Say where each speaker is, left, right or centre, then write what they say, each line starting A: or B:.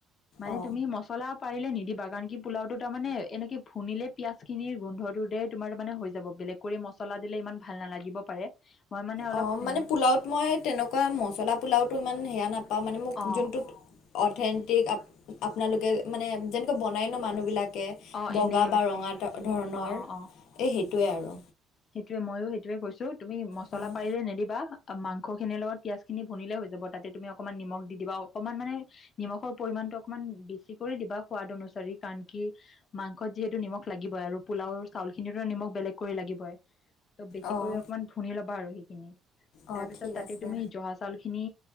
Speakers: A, on the left (about 45°); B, on the left (about 80°).
A: মানে
B: অ
A: তুমি মছলা পাৰিলে নিদিবা কাৰণ কি পোলাওটো তাৰমানে এনেকৈ ফুনিলে পিঁয়াজখিনিৰ গোন্ধটো দে তোমাৰ তাৰমানে হৈ যাব। বেলেগ কৰি মছলা দিলে ইমান ভাল নালাগিব পাৰে মই মানে অলপ,
B: অ মানে
A: উম।
B: পোলাওত মই তেনেকুৱা মছলা পোলাওটো ইমান হেয়া নাপাওঁ মানে মোক
A: অঁ
B: জোনটোত অঠেন্তিক আপ আপোনালোকে মানে যেনেকৈ বনাই ন মানুহবিলাকে।
A: অঁ
B: বগা
A: এনে
B: বা ৰঙা ত ধৰণৰ
A: অঁ অঁ অঁ
B: এ সেইটোৱে আৰু।
A: সেইটোৱে মইও সেইটোয়ে কৈছো তুমি মছলা
B: অঁ
A: পাৰিলে নিদিবা অ মাংসখিনিৰ লগত পিয়াজখিনি ভুনিলে হৈ যাব তাতে তুমি অকণমান নিমখ দি দিবা অকণমান মানে নিমখৰ পৰিমাণটো অকমান বেছিকৈয়ে দিবা সোৱাদ অনুচাৰি কাৰণ কি মাংসত যিহেতু নিমখ লাগিবই আৰু পোলাও চাউলখিনিতো নিমখ বেলেগ কৰি লাগিবই। ত বেছি
B: অঁ
A: কৰি অকমান ভুনি ল'বা আৰু
B: অঁ
A: তাৰপিছত
B: ঠিক
A: তাতে
B: আছে
A: তুমি জহা চা চাউলখিনি